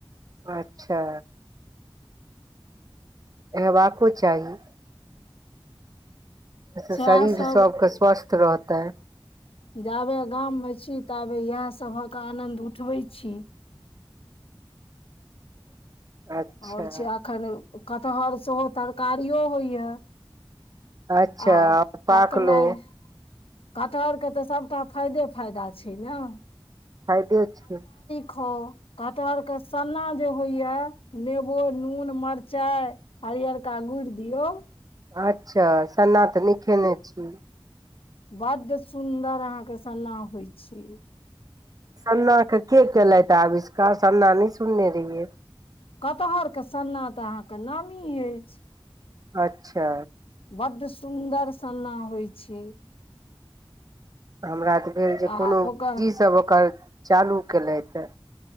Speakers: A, on the right; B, on the left.
A: अच्छा एहवाको चाही ओसे
B: सएह
A: शरीर
B: सब
A: सबके स्वस्थ रहतै
B: जाबे गाम मे छी ताबे इएहसभक आनन्द उठबै छी
A: अच्छा
B: और छै एखन कटहर सेहो तरकारियो होइए
A: अच्छा
B: आ
A: पाकलो
B: पकनाइ कटहर के तऽ सभटा फायदे फायदा छै ने
A: फाइदे छै
B: खो कटहर के सन्ना जे होइया नेबो नून मरचाइ हरियरका गुइर दियऔ
A: अच्छा सन्ना तऽ नै खेने छी
B: बड्ड सुन्दर अहाँ के सन्ना होइ छै
A: सन्ना के के केलथि आविष्कार सन्ना नहि सुनने रहियै
B: कटहर के सन्ना तऽ अहाँके नामी अछि
A: अच्छा
B: बड्ड सुन्दर सन्ना होइ छै
A: हमरा तऽ भेल जे
B: आ
A: कोनो इ
B: ओकर
A: ज सब ओकर चालू केलेथहे